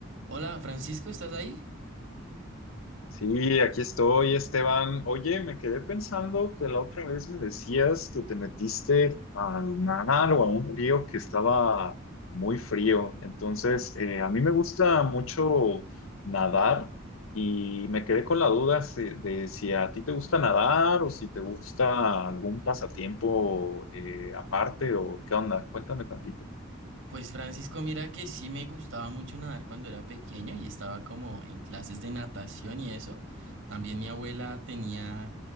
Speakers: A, on the right; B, on the left.
A: Hola, Francisco, ¿estás ahí?
B: Sí, aquí estoy, Esteban. Oye, me quedé pensando que la otra vez me decías que te metiste al mar o a un río que estaba muy frío. Entonces, eh, a mí me gusta mucho nadar y me quedé con la duda si- de si a ti te gusta nadar o si te gusta algún pasatiempo eh, aparte o qué onda. Cuéntame tantito.
A: Pues Francisco, mira que sí me gustaba mucho nadar cuando era pequeño y estaba como en clases de natación y eso. También mi abuela tenía